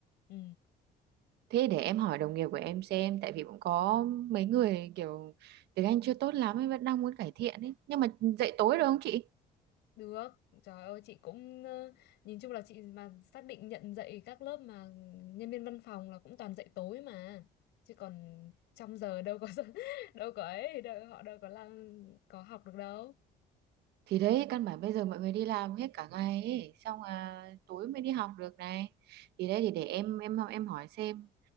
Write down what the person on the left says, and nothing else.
Ừ.
Được, trời ơi chị cũng ờ, nhìn chung là chị mà xác định nhận dạy các lớp mà nhân viên văn phòng là cũng toàn dạy tối mà. Chứ còn trong giờ đâu có <laughs> đâu có ấy, đâu, họ đâu có làm có học được đâu.